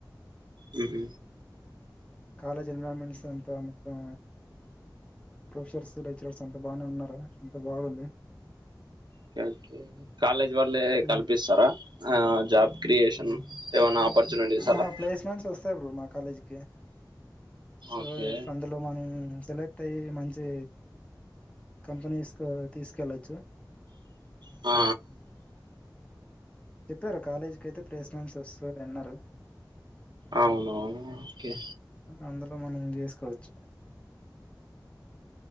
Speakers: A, on the right (about 80°); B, on the left (about 15°).
A: మ్మహ్
B: కాలేజ్ ఎన్విరాన్మెంట్స్ అంత అ మొత్తం ప్రొఫెసర్స్ లెక్చరర్స్ అంత బానే ఉన్నారా అంత బాగుంది
A: ఓకే ఓకే కాలేజ్ వలే
B: హ్మ్.
A: కల్పిస్తారా ఆ జాబ్ క్రియేషన్ ఏమన్నా ఆపర్చునిటీస్ అలా
B: ఆ! ప్లేస్‌మెంట్స్ ఒస్తాయి బ్రో మా కాలేజ్‌కి. సో
A: ఓకే
B: ఈఫ్ అందులో మనం సెలెక్ట్ అయ్యి మంచి కంపనీస్ కు తీసు కెల్లొచ్చు
A: ఆ
B: చెప్పారు కాలేజీకైతే ప్లేస్మెంట్స్ వస్తాది అన్నారు
A: అవునువును ఓకే
B: అందులో మనం జేసుకోవచ్చు